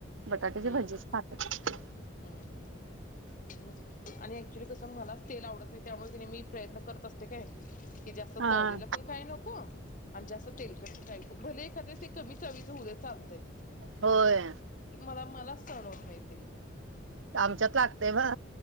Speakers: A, on the right; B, on the left.
A: बटाट्याचे
B: हम्म
A: भजीच खातात.
B: हम्म. मग आणि ऍक्च्युली तसं मलाच तेल आवडत नाही. त्यामुळे त मी प्रयत्न करत असते काय जास्त
A: हा.
B: तळलेल पण काही नको आणि जास्त तेलकट बी काय खूप भले एखाद्या वेळेस ते कमी चवीच होदे चालतय
A: होय
B: हो मलाच सहन होत नाही ते.
A: आमच्यात लागते बा